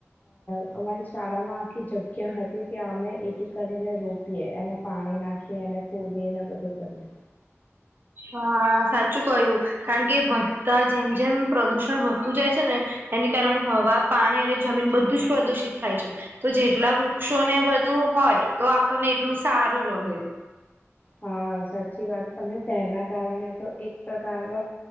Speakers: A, on the left (about 35°); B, on the right (about 45°).
A: અ અમારી શાળામાં આખી જગ્યા હતી. ત્યાં અમે એક કરીને રોપીએ એમાં પાણી નાખીએ એને ખૂ બે એના બધું કરીએ.
B: હા સાચું કહ્યું, કારણ કે વધતા જેમ જેમ પ્રદુષણ વધતુ જાય છે ને એને કારણે હવા, પાણી અને જમીન બધું જ પ્રદુષિત થાય છે. તો જેટલા વૃક્ષોને બધું હોય. તો આપણને એટલું સારું રહે.
A: હા સાચી વાત અને તેના કારણે તો એક પ્રકારનો